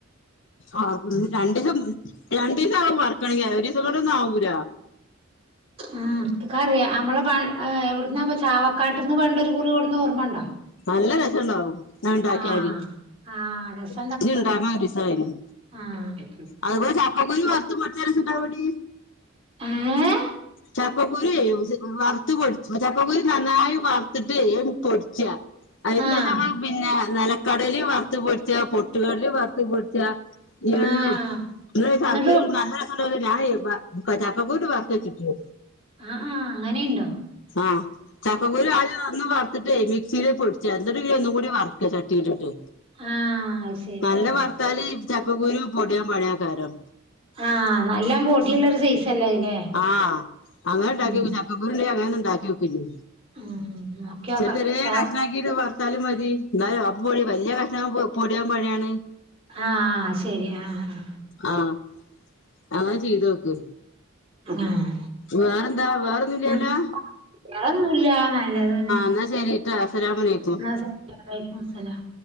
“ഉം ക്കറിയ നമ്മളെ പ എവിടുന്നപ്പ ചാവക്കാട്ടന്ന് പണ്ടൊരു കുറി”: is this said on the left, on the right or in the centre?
Right